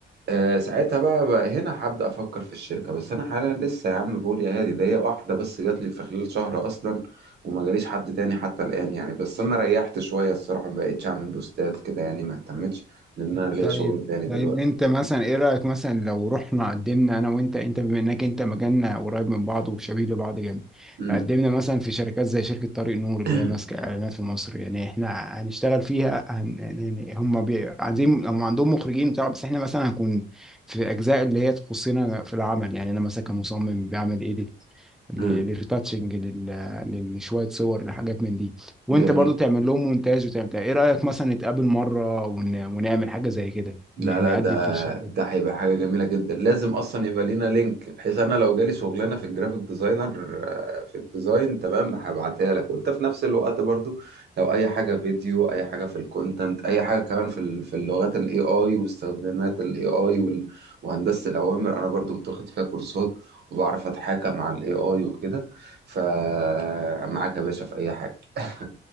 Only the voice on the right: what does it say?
آه ساعتها بقى, بقى هنا هبدا افكر في الشركه بس انا حاليا لسه يا عم بقول يا هادي ده هي واحده بس جات لي في خلال شهر اصلا وما جاليش حد تاني حتى الان يعني بس انا ريحت شويه الصراحه ما بقتش اعمل بوستات كده يعني ما اهتمتش لان انا ليا
شغل تاني
دلوقتي
امم
<clears throat>
أمم.
جميل
لا
لا
ده
ده
هيبقى حاجة جميلة جدا لازم أصلا يبقى لينا لينك بحيث أنا لو جالي شغلانة في الجرافيك ديزاينر آه، في الديزاين تمام هبعتها لك وأنت في نفس الوقت برضو لو أي حاجة فيديو أي حاجة في الكونتنت أي حاجة كمان في ال- في اللغات ال AI واستخدامات ال AI وال- وهندسة الأوامر أنا برضو كنت واخد فيها كورسات وبعرف أتحاكم مع ال AI وكده فمعاك يا باشا في أي حاجة <laughs>